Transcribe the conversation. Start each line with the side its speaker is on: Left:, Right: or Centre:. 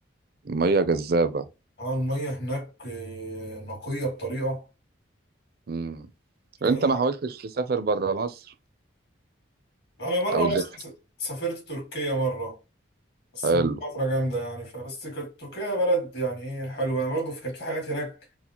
Right: مية جذابة
Left: اه المية هناك آه، نقية بطريقة
Right: مم.
Left: فهي
Right: انت ما
Left: حاجة
Right: حاولتش تسافر برا مصر
Left: انا بره
Right: او
Left: مصر
Right: ده
Left: س- سافرت تركيا مرة بس
Right: حلو
Left: من فترة جامدة يعني فبس كانت تركيا بلد يعني ايه حلوة يعني برضه كانت في حاجات هناك